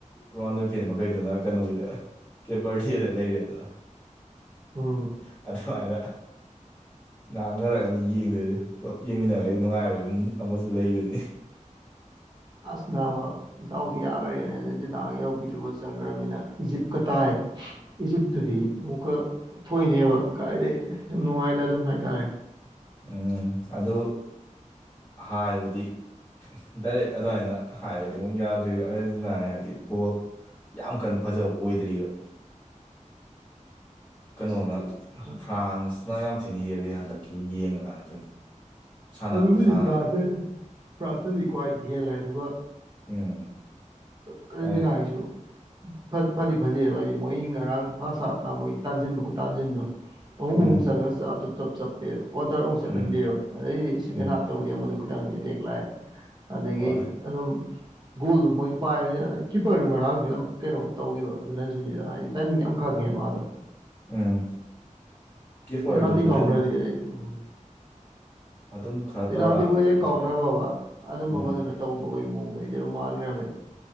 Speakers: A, on the left; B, on the right.
A: ꯔ‌ꯣꯅꯥꯟꯗ‌ꯣ ꯐꯦꯟ ꯃꯈꯩꯗꯨꯅ ꯀꯩꯅꯣꯒꯤꯗ ꯀꯦꯕꯔ ꯊ‌ꯦꯠꯂ ꯂꯩꯔꯦꯗꯅ
B: ꯎꯝ
A: ꯑꯗꯨꯃꯥꯏꯅ ꯉꯥꯡꯅꯔꯒꯅ‌ ꯌꯦꯡꯗ‌ꯣꯏꯖ‌ꯦ ꯄꯨꯂꯞ ꯌꯦꯡꯃꯤꯟꯅꯔ ꯑꯩ ꯅꯨꯡꯉꯥꯏꯕ ꯑꯃꯖꯨ ꯂꯩꯕꯅꯤ
B: ꯑꯁ ꯅꯕꯥ ꯗꯎꯗꯤ ꯌꯥꯗ‌ꯣꯔꯦꯅ ꯑꯔꯖꯦꯟꯇꯤꯅꯥꯒ ꯌꯧꯈꯤꯗꯨꯒ ꯆꯪꯈ꯭ꯔꯃꯤꯅ ꯏꯖꯤꯞꯀ ꯇꯥꯏ ꯏꯖꯤꯞꯇꯨꯗꯤ ꯑꯃꯨꯛꯀ ꯊꯣꯏꯅꯦꯕ ꯀꯥꯏꯗꯩ ꯅꯨꯡꯉꯥꯏꯅ ꯑꯗꯨꯝ ꯍꯥꯏꯇꯥꯔꯦ
A: ꯎꯝ ꯑꯗꯨ ꯍꯥꯏꯕꯗꯤ ꯗꯥꯏꯔꯦꯛ ꯑꯗꯨꯃꯥꯏꯅ ꯍꯥꯏꯕꯗꯤ ꯑꯃꯨꯛ ꯌꯥꯗ꯭ꯔꯤ ꯕ ꯑꯔꯖ‌ꯦꯟꯇꯤꯅꯥ ꯍꯥꯏꯗꯤ ꯕꯣꯜ ꯌꯥꯝ ꯀꯟ ꯐꯖꯕ ꯑꯣꯏꯗ꯭ꯔꯤ ꯌ‌ꯦ ꯀꯩꯅꯣꯅ
B: ꯑꯁ ꯑꯗꯨ ꯈꯪ
A: ꯐ꯭ꯔꯥꯟꯁꯅ ꯌꯥꯝ ꯊꯤꯅ ꯍꯦꯜꯂꯤ ꯍꯟꯗꯛꯀꯤ ꯌꯦꯡꯕ ꯀꯥꯟ ꯁꯨꯝ ꯁꯥꯟꯅ
B: ꯍꯧꯖꯤꯛ
A: ꯈꯨꯁꯥꯟꯅꯗꯣ
B: ꯄꯨꯗꯤ ꯐ꯭ꯔꯥꯟꯁ ꯅ ꯐ꯭ꯔꯥꯟꯁ ꯅ ꯔꯤꯀꯋꯥꯏꯇ ꯍꯦꯜꯂꯦ ꯑꯗꯨꯒ
A: ꯎꯝ
B: ꯇꯋ‌ꯦꯟꯇꯤ
A: ꯍꯥꯏ
B: ꯅꯥꯏꯟ ꯒꯤꯁꯨ ꯐꯠ ꯐꯗꯤ ꯐꯖꯩꯑꯕ ꯍꯥꯏꯗꯤ ꯃꯣꯏ ꯉꯔꯥꯡ ꯐꯥꯔꯁ ꯍꯥꯞꯇꯥ ꯃꯣꯏ ꯇꯥꯟꯁꯤꯟꯕ ꯈꯨꯠ ꯇꯥꯟꯖꯤꯟꯗꯣ ꯑꯍꯨꯝ
A: ꯎꯝ
B: ꯑꯍꯨꯝ ꯆꯪꯉꯒ ꯆꯞꯞ ꯆꯞ ꯆꯞ ꯆꯞꯄꯦꯕ ꯀ꯭ꯟꯊꯔꯛ ꯑꯨꯛ
A: ꯎꯝ
B: ꯆꯠꯍꯟꯗꯦꯕ ꯑꯗꯩꯗꯤ ꯁꯦꯀꯦꯟ
A: ꯎꯝ
B: ꯍꯥꯞꯇꯕꯨꯗꯤ ꯑꯃꯗꯨ ꯈꯤꯇꯪ ꯑꯦꯇꯦꯛ ꯂꯥꯛꯑꯦ ꯑꯗꯒꯤ
A: ꯍꯣꯏ
B: ꯑꯗꯨꯝ ꯒꯣꯜꯗꯨ ꯃꯣꯏꯅ ꯄꯥꯏꯕꯅꯤꯅ ꯀꯤꯄꯔꯗꯨ ꯉꯔꯥꯡꯁꯨ ꯌꯥꯝ ꯀꯩꯅꯣ ꯇꯧꯈꯤꯕ ꯑꯗꯨꯅꯖꯨꯅꯤꯗ ꯍꯥꯏꯗꯤ ꯇꯥꯏꯃꯤ ꯌꯥꯝ ꯈꯪꯉꯦꯕ ꯃꯥꯗꯣ
A: ꯎꯝ ꯀ ꯄꯔꯗꯨꯕꯨꯗꯤ
B: ꯄꯦꯅꯥꯜꯇꯤ ꯀꯥꯎꯅꯔꯗꯤ
A: ꯑꯗꯨꯝ
B: ꯑꯩꯗꯤ ꯎꯝ
A: ꯑꯗꯨꯝ ꯈꯔ ꯇꯧꯔꯛꯑꯅꯤꯗ
B: ꯄꯦꯅꯥꯜꯇꯤꯕꯨ ꯍꯦꯛ
A: ꯀꯤꯞꯄꯔꯗꯨꯕꯨꯗꯤ
B: ꯀꯥꯎꯅꯔꯝꯃꯕ ꯑꯗꯨꯝꯕ
A: ꯎꯝ
B: ꯑꯃꯗꯨꯅ ꯇꯧꯗꯧꯕꯩ ꯃꯑꯣꯡꯗ ꯑꯩꯗꯤ ꯑꯗꯨꯝ ꯃꯥꯟꯈ꯭ꯔꯃꯦꯕ